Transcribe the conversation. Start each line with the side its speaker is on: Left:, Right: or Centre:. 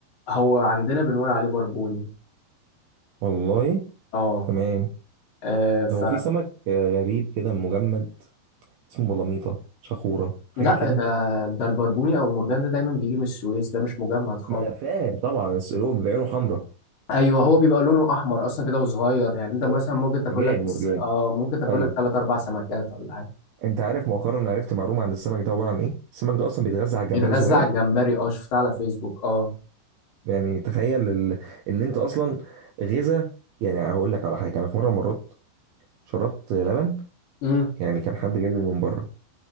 Left: هو عندنا بنقول عليه بربوني
Right: والله
Left: اه
Right: تمام
Left: آه، ف
Right: هو في سمك آه، غريب كده مجمد اسمه بلاميطه شخوره حاجه
Left: لا
Right: كده
Left: ده ده البربوني او المرجان ده دايما بيجي من السويس ده مش مجمد خالص
Right: ما انا فاهم طبعا بس اللي هو بيبقى عينه حمراء
Left: ايوه هو بيبقى لونه احمر اصلا كده وصغير يعني انت مثلا
Right: هو
Left: ممكن تاكل
Right: مرجان
Left: لك بس
Right: مرجان
Left: اه ممكن تاكل
Right: ايوه
Left: لك ثلاث اربع سمكات ولا حاجه
Right: انت عارف مؤخرا عرفت معلومه عن السمك ده عباره عن ايه السمك ده اصلا بيتغذى على الجمبري
Left: بيتغذى
Right: الصغير
Left: على الجمبري اه شفتها على فيسبوك اه
Right: يعني تخيل ال... ان انت اصلا غذا يعني هقول لك على حاجه انا في مره مرات شربت لبن
Left: امم
Right: يعني كان حد جايبه من بره